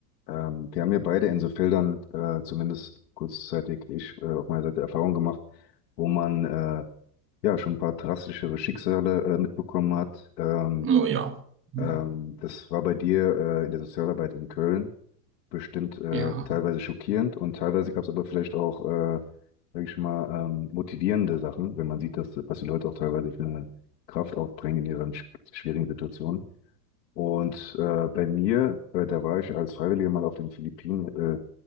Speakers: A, on the left (about 80°); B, on the right (about 25°).
A: Ähm, wir haben ja beide in so Feldern, äh, zumindest kurzzeitig ich, äh, auf meiner Seite Erfahrung gemacht, wo man äh, ja schon ein paar drastischere Schicksale äh, mitbekommen hat. Ähm,
B: Oh ja, Hm.
A: ähm, das war bei dir äh, in der Sozialarbeit in Köln bestimmt äh,
B: ja,
A: teilweise schockierend und teilweise gab es aber vielleicht auch, äh, sag ich mal, ähm, motivierende Sachen, wenn man sieht, dass, was die Leute auch teilweise für eine Kraft aufbringen in ihren sch schwierigen Situationen. Und äh, bei mir, äh, da war ich als Freiwilliger mal auf den Philippinen, äh,